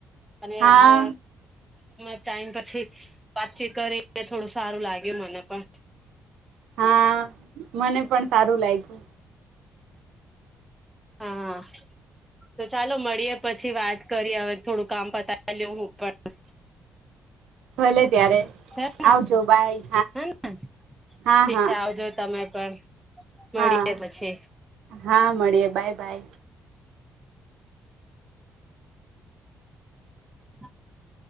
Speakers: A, in the centre; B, on the right (about 75°).
A: અને
B: હા
A: આ ટાઈમ પછી વાતચીત કરી થોડું સારું લાગ્યું મને પણ.
B: હા મને પણ સારું લાગ્યું.
A: હા. તો ચાલો મળીએે. પછી વાત કરી હવે થોડું કામ પતાઈ લેઉ હું પણ.
B: ભલે ત્યારે
A: છે ને
B: આવજો બાય
A: હે ને
B: હા-હા
A: ઠીક છે આવજો તમે પણ મળીએ
B: હા
A: પછી.
B: હા હા મળીએે બાય બાય
A: <inaudible>